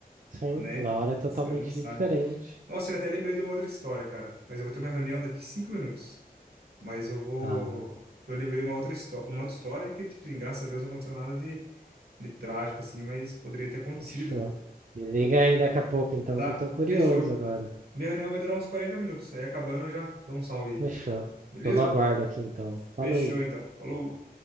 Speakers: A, on the right; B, on the right.
A: Sim,
B: né?
A: na hora é totalmente
B: Você não sabe.
A: diferente.
B: Nossa, eu até lembrei de uma outra história, cara. Mas eu vou ter uma reunião daqui cinco minutos. Mas eu vou.
A: Ah,
B: Eu lembrei uma outra história, uma outra história que, tipo assim, graças a Deus não aconteceu nada de, de trágico, assim, mas poderia ter acontecido.
A: fechou. Me liga
B: Eu,
A: aí daqui a pouco então,
B: tá,
A: que eu tô curioso
B: fechou.
A: agora.
B: Minha reunião vai durar uns 40 minutos. Aí acabando, eu já dou um salve aí.
A: Fechou.
B: Beleza?
A: Tô no aguardo aqui então. Falou.
B: Fechou então. Falou.